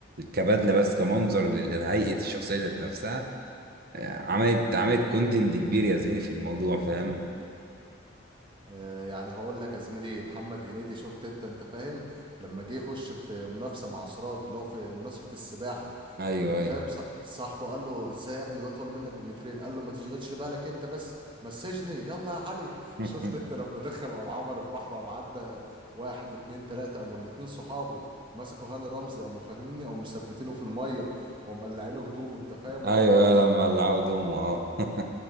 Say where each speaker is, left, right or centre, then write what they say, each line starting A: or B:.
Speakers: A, on the right; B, on the right.
A: كبدلة بس كمنظر لل- لهيئة الشخصية ذات نفسها آه، عملت عملت كونتنت كبير يا زميلي في الموضوع فاهم
B: آه، يعني هقول لك يا زميلي محمد هنيدي شفت انت انت فاهم لما جه يخش في منافسه مع سراج اللي هو في منافسه السباحه
A: ايوه
B: فانت
A: ايوه
B: فاهم ص- صاحبه قال له ازاي يا ابني ده اطول منك بمترين قال له ما تشغلش بالك انت بس مسجني يلا يا علي <laughs>
A: <laughs>
B: شفت انت لما دخل وقام عبر البحر وقام عدى واحد اتنين تلاته قاموا الاتنين صحابه مسكوا هاني رمزي قاموا فاهميني قاموا مثبتينه في الميه وقاموا مقلعينه هدومه انت فاهم
A: ايوه
B: وقام
A: لما العبوا دومو اه <laughs>